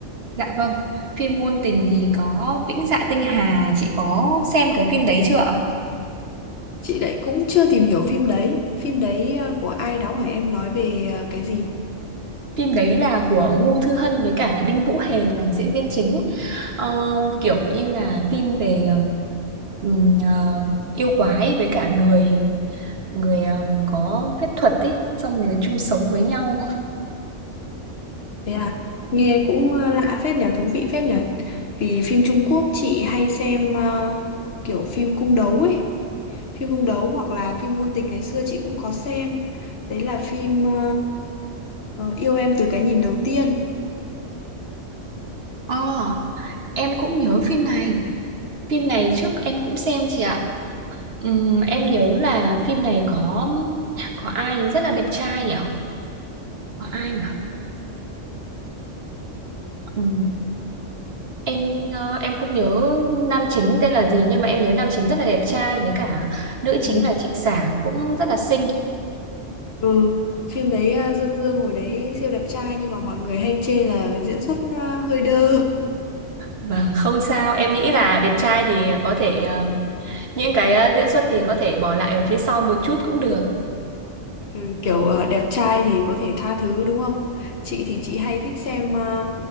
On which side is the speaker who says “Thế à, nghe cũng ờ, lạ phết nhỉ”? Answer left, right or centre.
Left